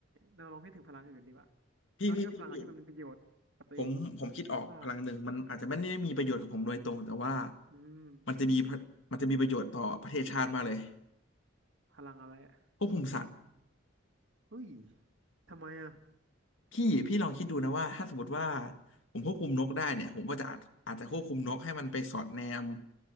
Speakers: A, on the right; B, on the left.
A: เราลองพิจารณาถึงพลังอื่นดีกว่า
B: พี่พี่พี่พี่
A: น้องคิดว่าพลังอะไรที่มันมีประโยชน์กับตัวเอง
B: ผมผมคิดออกพลังหนึ่งมันอาจจะไม่ได้มีประโยชน์กับผมโดยตรงแต่ว่า
A: ว่าอืม
B: มันจะมีพระมันจะมีประโยชน์ต่อประเทศชาติมากเลย
A: พลังอะไรอะ
B: ควบคุมสัตว์
A: อุ้ยทำไมอะ
B: พี่พี่ลองคิดดูนะว่าถ้าสมมติว่าผมควบคุมนกได้เนี่ยผมก็จะอาจอาจจะควบคุมนกให้มันไปสอดแนม